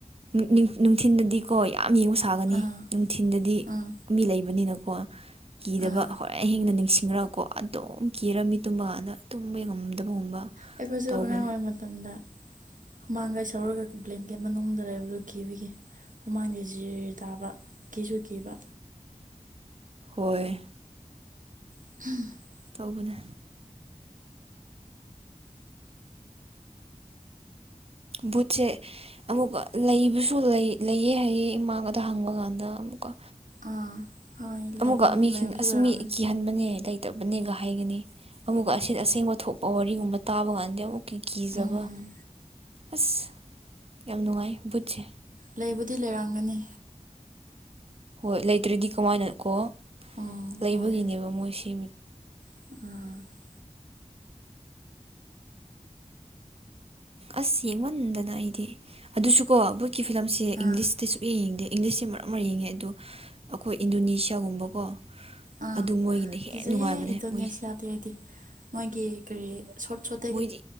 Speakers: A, on the right (about 50°); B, on the right (about 85°).
A: <unintelligible> ꯅꯨꯡꯊꯤꯟꯗꯗꯤ ꯀꯣ ꯌꯥꯝ ꯌꯦꯡꯉꯨ ꯁꯥꯒꯅꯤ
B: ꯑꯥ
A: ꯅꯨꯡꯊꯤꯟꯗꯗꯤ
B: ꯑꯥ
A: ꯃꯤ ꯂꯩꯕꯅꯤꯅꯀꯣ ꯀꯤꯗꯕ
B: ꯑꯥ
A: ꯍꯣꯔꯦꯟ ꯑꯍꯤꯡꯗ ꯅꯤꯡꯁꯤꯡꯔꯥꯀꯣ ꯑꯗꯨꯝ ꯀꯤꯔꯃꯤ ꯇꯨꯝꯃꯗ ꯇꯨꯝꯕ ꯉꯝꯗꯕꯒꯨꯝꯕ
B: ꯑꯩꯈꯣꯏꯁꯨ
A: ꯇꯧꯕꯅꯦ
B: ꯑꯉꯥꯡ ꯑꯣꯏꯔꯤ ꯃꯇꯝꯗ ꯃꯥꯡꯒꯥꯏ ꯁꯧꯔꯒ ꯕ꯭ꯂꯦꯡꯀꯦꯠ ꯃꯅꯨꯡꯗ ꯂꯩꯕꯗꯨ ꯀꯤꯕꯤꯒꯤ ꯍꯨꯃꯥꯡꯗ ꯖꯤꯔ ꯇꯥꯕ ꯀꯤꯁꯨ ꯀꯤꯕ
A: ꯍꯣꯏ
B: <inaudible>
A: ꯇꯧꯕꯅꯦ ꯚꯨꯠ ꯁꯦ ꯑꯃꯨꯛꯀ ꯂꯩꯕꯁꯨ ꯂꯩ ꯂꯩꯌꯦ ꯍꯥꯏꯌꯦ ꯏꯃꯥꯡꯒꯗ ꯍꯪꯕ ꯀꯥꯟꯗ ꯑꯃꯨꯛꯀ
B: ꯑꯥ ꯍꯣꯏ
A: ꯑꯃꯨꯒ
B: ꯂꯩꯐꯝ
A: ꯃꯤꯁꯤꯡ
B: ꯂꯩꯕꯁꯨ
A: ꯑꯁꯤ
B: ꯂꯩꯔꯝꯒꯅꯤ
A: ꯃꯤ ꯀꯤꯍꯟ ꯅꯦ ꯂꯩꯇꯕꯅꯦꯒ ꯍꯥꯏꯒꯅꯤ ꯑꯃꯨꯛ <unintelligible> ꯊꯣꯛꯄ ꯋꯥꯔꯤꯒꯨꯝꯕ ꯇꯥꯕ ꯀꯥꯟꯗ ꯑꯃꯨꯛ ꯀꯤ ꯀꯤꯖꯕ
B: ꯎꯝ ꯎꯝ
A: ꯑꯁ ꯌꯥꯝ ꯅꯨꯡꯉꯥꯏ ꯕꯨꯠꯁꯦ
B: ꯂꯩꯕꯨꯗꯤ ꯂꯩꯔꯝꯒꯅꯤ
A: ꯍꯣꯏ ꯂꯩꯇ꯭ꯔꯗꯤ ꯀꯃꯥꯏꯅꯀꯣ
B: ꯎꯝ
A: ꯂꯩꯕꯒꯤꯅꯦꯕ
B: ꯍꯣꯏ
A: ꯃꯣꯏ ꯁꯤ
B: ꯑꯥ
A: ꯑꯁ ꯌꯦꯡꯃꯟꯗꯅ ꯑꯩꯗꯤ ꯑꯗꯨꯁꯨꯀꯣ ꯚꯨꯠ ꯀꯤ ꯐꯤꯂꯝꯁꯦ
B: ꯑꯥ
A: ꯏꯪꯂꯤꯁꯇꯤ ꯁꯨꯛꯌ‌ꯦ ꯌꯦꯡꯗꯦ ꯏꯪꯂꯤꯁ ꯁ‌ꯦ ꯃꯔꯛ ꯃꯔ ꯌꯦꯡꯉꯦ ꯑꯗꯣ ꯑꯩꯈꯣꯏ ꯏꯟꯗꯣꯅꯦꯁꯤꯌꯥꯒꯨꯝꯕꯀꯣ
B: ꯑꯥ
A: ꯑꯗꯨ ꯃꯣꯏꯒꯤꯅ ꯍꯦꯟ
B: ꯀꯤꯖꯩꯌꯦ
A: ꯅꯨꯡꯉꯥꯏꯕꯅꯦ ꯃꯣꯏ
B: <unintelligible> ꯃꯣꯏꯒꯤ ꯀꯔꯤ ꯁꯣꯔ꯭ꯠ ꯁꯣꯔ꯭ꯠ
A: ꯃꯣꯏꯗꯤ